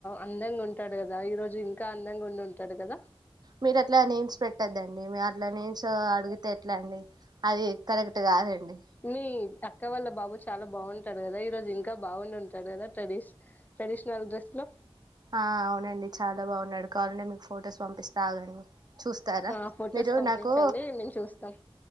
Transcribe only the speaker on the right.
మీరు అట్లా నేమ్స్ పెట్టద్దండి మీరు అట్లా నేమ్స్ అడిగితే ఎట్లా అండి అది కరెక్ట్ కాదండి
ఆ అవునండి చాలా బాగున్నాడు కావాలంటే మీకు ఫొటోస్ పంపిస్తా ఆగండి చూస్తారా
మీరు
నాకు